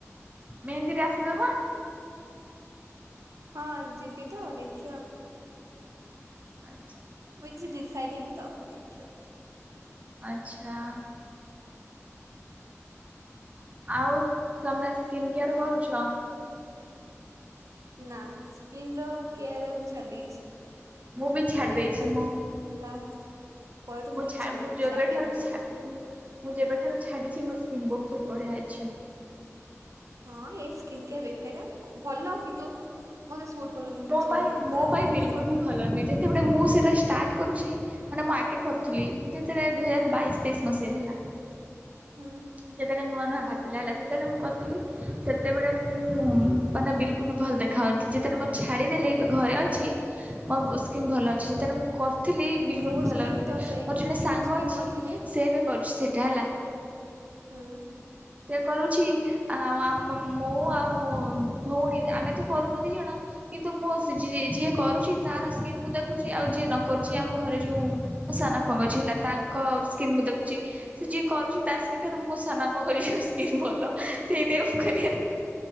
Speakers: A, on the right; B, on the right.
A: ମେହେନ୍ଦୀରେ ଆସିବ ବା
B: ହଁ ଯିବି ତ, ଦେଖିବା।
A: ଆ
B: ଉଇଥି ଡିସାଇଡ୍ ହେଇନି ତ ଦେଖିବା।
A: ଆଚ୍ଛା ଆଉ ତମେ ସ୍କିନ୍ କେୟାର କରୁଛ।
B: ନା ସ୍କିିନ୍ ର କେୟାର ମୁଁ ଛାଡି ଦେଇଛି।
A: ମୁଁ ବି ଛାଡ଼ି
B: ମୋ ଦେହ
A: ଦେଇଛି,
B: ଖରାପ
A: ମୁଁ
B: ହେଲା ପରଠୁ
A: ମୁଁ,
B: କିଛି କରୁନି
A: ମୁଁ ଯେବେଠାରୁ,
B: ସେ ଆପେ ଆପେ ଯିବ
A: ମୁଁ ଯେବେଠାରୁ ଛାଡିଛି, ମୋ ସ୍କିନ୍ ବୋହୁ ମୁଁ ବଢ଼ିଆ ଅଛି।
B: ହଁ, ସ୍କିନ କେୟାର ବେକାରିଆ, ଭଲ କିନ୍ତୁ ମତେ ସୁଟ୍ କରୁନି ମୁଁ
A: ମୋ
B: କିଛି
A: ପାଇଁ,
B: ଲଗେଇଲେ
A: ମୋ
B: ତାହେଲେ ମୁଁ
A: ପାଇଁ
B: କାଇଁ ବେକାରେ
A: ବିଲକୁଲ ବି ଭଲ ନୁହେଁ, ଯେତେବେଳେ ମୁଁ ସେଟା ଷ୍ଟାର୍ଟ କରୁଛି ମାନେ ମୁଁ ଆଗେ କରୁଥିଲି, ଯେତେବେଳେ ଦୁଇ ହଜାର ବାଇଶି ତେଇଶ୍ ମସିହାରେ ହେଲା।
B: ହୁଁ
A: ଯେତେଳେ ନୁଆ ନୁଆ ଭାର୍ ହେଲାଲା ସେତେବେଳେ ମୁଁ କରିଥିଲି, ସେତେବେଳେ ମୁଁ ମାନେ ବିଲକୁ ବି ଭଲ ଦେଖାଉନଥିଲି, ଯେତେବେଳେ ଛାଡ଼ିଦେଲି, ଘରେ ଅଛି ମୋ ସ୍କିନ୍ ଭଲ ଅଛି, ଯେତେବେଳେ ମୁଁ କର ଥିଲି ବିଲକୁଲ
B: ମୋ
A: ଭଲାଗୁଥିଲେ
B: ସ୍କିନ୍ ତ
A: ମୋର
B: ସେଇ
A: ଜଣେ ସାଙ୍ଗ
B: ମୋ ସ୍କିନ୍
A: ଅଛି
B: ମଝିରେ
A: ସେ ବି କରୁଛି ସେଇଟା ହେଲା।
B: ହୁଁ।
A: ସେ କରୁଛି ଆଉ ମୁଁ ଆଉ ମୋ ଭଉଣୀ ଆମେ ତ କରୁନୁ ଦି ଜଣ। କିନ୍ତୁ ମୁଁ ଯିଏ କରୁଛି ତାର ସ୍କିନ୍ ମୁଁ ଦେଖୁଛି ଆଉ ଯିଏ ନ କରୁଛି ଆମ ଘରେ ଯୋଉ ସା ସାନ ବାପାଙ୍କ ଝିଅ ହେଲା ତାଙ୍କ ସ୍କିନ୍ ମୁଁ ଦେଖୁଛି ଯିଏ କରୁଛି ତା ସ୍କିନ ଠାରୁ ମୋ ସାନ ବାପାଙ୍କ ଝିଅ ସ୍କିନ ଭଲ। ହାଲୋ
B: ହୁଁ।
A: ସେଇଥି ପାଇଁ ମୁଁ କହିଲି ଆଉ